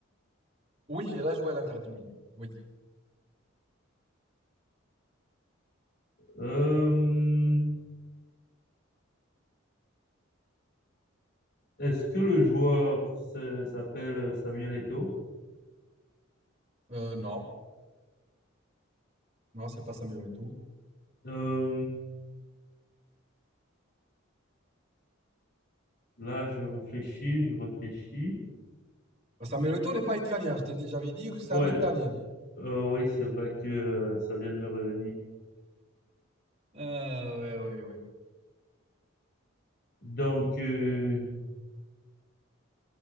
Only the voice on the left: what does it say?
Euh, est-ce que le joueur se- s'appelle Samuel Eto'o?
Euh, là, je réfléchis, je réfléchis.
Ouais,
euh, oui, c'est vrai que euh, ça vient de me revenir.
Donc, euh,